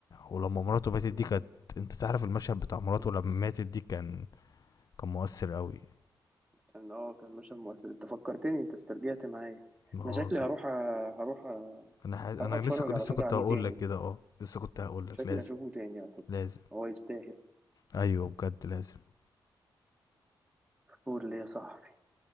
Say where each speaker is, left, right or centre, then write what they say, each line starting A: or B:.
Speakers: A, on the left (about 50°); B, on the right (about 15°).
A: ولما مراته
B: ما
A: ماتت
B: ماتت
A: دي كانت انت تعرف المشهد بتاع مراته
B: ك-
A: لما ماتت دي كان كان مؤثر قوي
B: كان اه كان مشهد مؤثر انت فكرتني انت استرجعت معايا
A: ما هو
B: انا شكلي
A: كان-
B: هروح أ- هروح أ-
A: انا ح... انا
B: هروح اتفرج
A: لسه ك-
B: على
A: لسه
B: فكره
A: كنت
B: عليه
A: هقول
B: تاني
A: لك كده اه لسه كنت هقول لك
B: شكلي
A: لازم
B: هشوفه تاني على فكره
A: لازم
B: هو يستاهل
A: ايوه بجد لازم
B: قول لي يا صاحبي